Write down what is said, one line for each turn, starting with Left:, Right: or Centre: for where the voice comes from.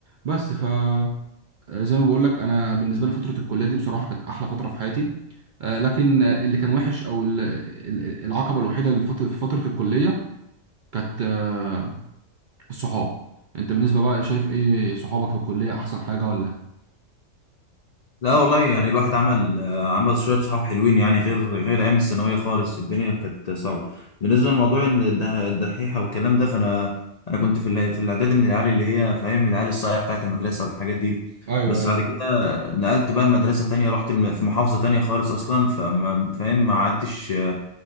Right: بس ف آه، زي ما بقول لك انا بالنسبه لي فتره الكليه دي بصراحه كانت احلى فتره في حياتي آه، لكن آه، اللي كان وحش او ال- ال- العقبه الوحيده للفت- في فتره الكليه كانت آه، الصحاب انت بالنسبه بقى شايف ايه صحابك في الكليه احسن حاجه ولا
Left: لا والله يعني الواحد عمل آه، عمل شوية صحاب حلوين يعني غير غير أيام الثانوية خالص الدنيا كانت صعبة بالنسبة لموضوع إن الد- الدحيحة والكلام ده فأنا أنا كنت في ال- في الإعدادي من العيال اللي هي فاهم العيال الصايعة بتاعت المدرسة والحاجات دي
Right: ايوه
Left: بس بعد كده نقلت بقى لمدرسة تانية رحت الم- في محافظة تانية خالص أصلا فما فاهم ما عدتش آه،